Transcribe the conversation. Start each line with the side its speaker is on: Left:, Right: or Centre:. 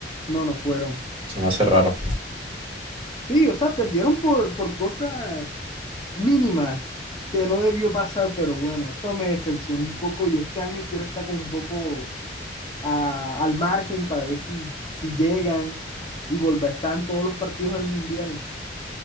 Left: No, no fueron.
Right: Se me hace raro.
Left: Sí, o sea, perdieron por, por cosas mínimas que no debió pasar, pero bueno, eso me decepcionó un poco y este año quiero estar con un poco a- al margen para ver si, si llegan y volver, están todos los partidos del Mundial.